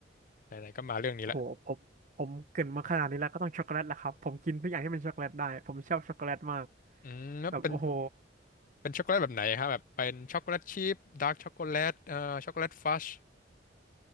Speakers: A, on the left; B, on the right.
A: ไหนๆก็มาเรื่องนี้ละ
B: โห ผมผมเกรินมาขนาดนี้แล้วก็ต้องช็อกโกแลตแหละครับผมกินทุกอย่างที่เป็นช็อกโกแลตได้ผมชอบช็อกโกแลตมาก
A: อืมแล้วเป็น
B: แบบโอ้โห
A: เป็นช็อกโกแลตแบบไหนครับแบบเป็นช็อกโกแลตชีพดาร์กช็อกโกแลตเอ่อช็อกโกแลตฟัช